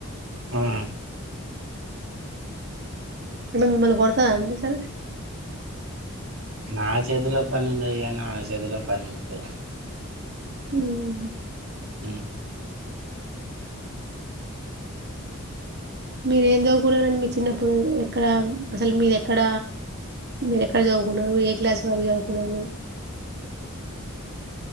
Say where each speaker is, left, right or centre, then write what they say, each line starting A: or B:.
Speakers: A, on the right; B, on the right.
A: ఉమ్
B: అంటే మిమ్మల్ని కొడతదా అండీ అసలు
A: నా చేతిలో పని ఉండేది కానీ ఆమె చేతిలో పని ఉంటది
B: హ్మ్.
A: ఉమ్
B: మీరేం చదువుకున్నారండి మీ చిన్నప్పుడు ఎక్కడ అసలు మీదెక్కడ మీరు ఎక్కడ చదువుకున్నారు ఏ క్లాస్ వరకు చదువుకున్నారు